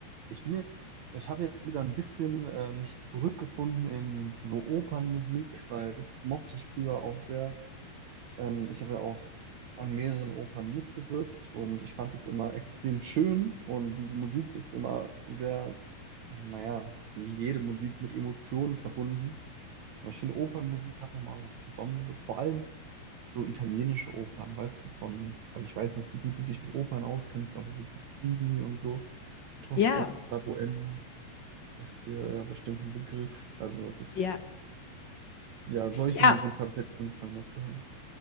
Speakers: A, on the right (about 70°); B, on the left (about 50°).
A: Ich bin jetzt, ich habe jetzt wieder ein bisschen äh, mich zurückgefunden in so Opernmusik, weil das mochte ich früher auch sehr. Ähm, ich habe ja auch an mehreren Opern mitgewirkt und ich fand es immer extrem schön und diese Musik ist immer sehr, naja, wie jede Musik mit Emotionen verbunden. Aber ich finde, Opernmusik hat nochmal was Besonderes, vor allem so italienische Opern, weißt du, von, also ich weiß nicht, wie gut du dich mit Opern auskennst, aber so Puccini und so, Tosca,
B: Ja,
A: La Bohème ist dir ja bestimmt ein Begriff. Also das,
B: ja,
A: ja, solche
B: ja,
A: Musik habe ich jetzt angefangen mal zu hören.